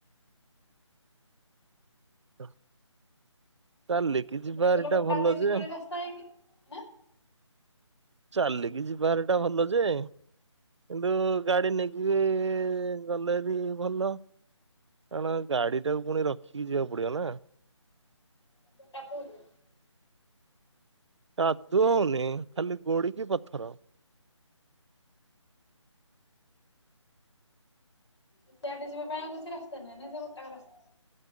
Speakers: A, on the right; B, on the left.
A: <unintelligible> ଯିବାହାରିଟା
B: ଜଙ୍ଗଲ ବଟାକୁ
A: ଭଲ
B: ଏମିତି
A: ଯେ
B: ଗାଳି ରାସ୍ତା ହେଇକି ନା
A: ଚାଲିକି ଯିବାର ଟା ଭଲ ଯେ କିନ୍ତୁ ଗାଡି ନେଇକି ବି ଗଲେବି ଭଲ। କାରଣ ଗାଡି ଟାକୁ ପୁଣି ରଖିକି ଯିବାକୁ ପଡିବ ନା
B: ଏମିତିଆ କାଦୁଅକୁ।
A: କାଦୁଅ ହଉନି ଖାଲି ଗୋଡିକି ପଥର
B: ସେଆଡେ ଯିବା ପାଇଁ ଆଉ କିଛି ରାସ୍ତା ନୁହଁ ନଁ ଗୋଟାକ ରାସ୍ତା